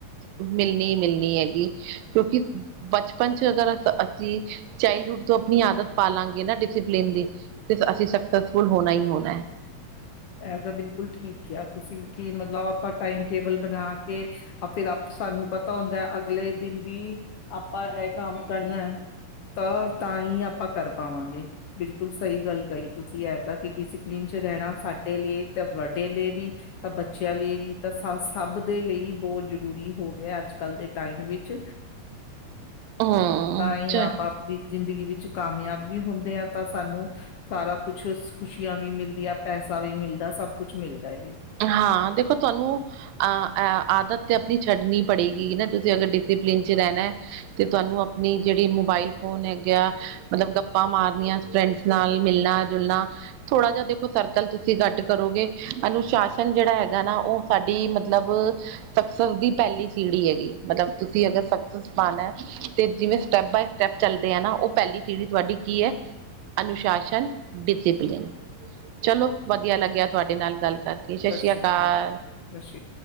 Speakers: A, on the right; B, on the left.
A: ਮਿਲਨੀ ਈ ਮਿਲਨੀ ਹੈਗੀ, ਕਿਉਂਕਿ, ਬਚਪਨ ਚ ਅਗਰ ਅ ਜੀ ਚਾਈਲਡ ਹੁੱਡ ਤੋਂ, ਅਪਨੀ ਆਦਤ ਪਾਾਲਾਂ ਗੇ ਨਾ ਡਿਸੀਪਲਿਨ ਦੀ ਤੇ ਅਸੀਂ ਸਕਸੈੱਸਫੁਲ ਹੋਨਾ ਈ ਹੋਨਾ
B: ਏਹ ਤਾਂ, ਬਿਲਕੁਲ ਠੀਕ ਕਿਆ ਤੁਸੀਂ ਕਿ, ਮਤਲਬ ਆਪਾਂ ਟਾਈਮ-ਟੇਬਲ ਬਣਾ ਕੇ ਫਿਰ ਆਪ ਸਾਨੂੰ ਪਤਾ ਹੁੰਦਾ, ਅਗਲੇ ਦਿਨ ਵੀ, ਆਪਾਂ ਏਹ ਕੰਮ ਕਰਨਾ ਐ ਤ ਤਾਂਈ ਆਪਾਂ ਕਰ ਪਾਵਾਂਗੇ, ਬਿਲਕੁਲ ਸਈ ਗੱਲ ਕਈ ਤੁਸੀਂ ਏ ਤਾਂ ਕਿਓਂਕਿ ਅਸੀਂ ਟੀਨ ਚ ਰੈਨਾ ਸਾਡੇ ਲਈ ਤੇ ਵਾਡੇ ਲਈ ਵੀ ਤਾਂ ਬੱਚੇਆਂ ਲਈ ਵੀ ਤਾਂ ਸ ਸਬ ਦੇ ਲਈ ਬੋ ਜ਼ਰੂਰੀ ਹੋ ਗੇਆ ਅੱਜ-ਕੱਲ ਦੇ ਟਾਈਮ ਵਿੱਚ।
A: ਹਮ
B: ਤਾਂਈ
A: ਚ
B: ਆਪਾਂ ਦੀ ਜ਼ਿੰਦਗੀ ਵਿੱਚ ਕਾਮਯਾਬ ਵੀ ਹੁੰਦੇ ਆ ਤਾਂ ਸਾਨੂੰ ਸਾਰਾ ਕੁਛ ਖੁਸ਼ੀਆਂ ਵੀ ਮਿਲਦੀਆਂ ਪੈਸਾ ਵੀ ਮਿਲਦਾ ਸਬ ਕੁਛ ਮਿਲਦਾ ਐ ਜੀ।
A: ਹਾਂ, ਦੇਖੋ ਤੁਆਨੂੰ ਆਂ ਆਂ ਆਦਤ ਤੇ ਅਪਨੀ ਛੱਡਨੀ ਪੜੇਗੀ ਨਾ ਤੁਸੀਂ ਅਗਰ ਡਿਸੀਪਲਿਨ ਚ ਰੈਨੈ। ਤੇ ਤੁਆਨੂੰ ਆਪਨੀ ਜੇੜੀ ਮੋਬਾਇਲ ਫੋਨ ਹੈਗੇਆ ਮਤਲਬ ਗੱਪਾਂ ਮਾਰਨੀਆਂ ਫਰੈਂਡਸ ਨਾਲ ਮਿਲਨਾ ਜੁਲਨਾ ਥੋੜਾ ਜਾ ਦੇਖੋ ਸਰਕਲ ਤੁਸੀਂ ਗੱਟ ਕਰੋਗੇ ਅਨੁਸ਼ਾ ਸ਼ਾਸਨ ਜੇੜਾ ਹੈਗਾ ਨਾ ਓ ਸਾਡੀ ਮਤਲਬ ਸਕਸੈੱਸ ਦੀ ਪੈਲੀ ਸੀੜੀ ਹੈਗੀ ਮਤਲਬ ਤੁਸੀਂ ਅਗਰ ਸਕਸੈੱਸ ਪਾਨੈ ਤੇ ਜਿਵੇਂ ਸਟੈੱਪ ਬਾਏ ਸਟੈੱਪ ਚੱਲਦੇ ਆ ਨਾ ਓ ਪੈਲੀ ਸੀੜੀ ਤੁਆਡੀ ਕੀ ਐ ਅਨੁਸ਼ਾਸਨ, ਡਿਸੀਪਲਿਨ ਚਲੋ ਵਦੀਆ ਲੱਗੇਆ ਤੁਆਡੇ ਨਾਲ ਗੱਲ ਕਰਕੇ। ਸਤਿ
B: ਸਸਰੀ
A: ਸ਼੍ਰੀ ਅਕਾਲ।
B: ਕਾਰ ਜੀ, ਸਸੀ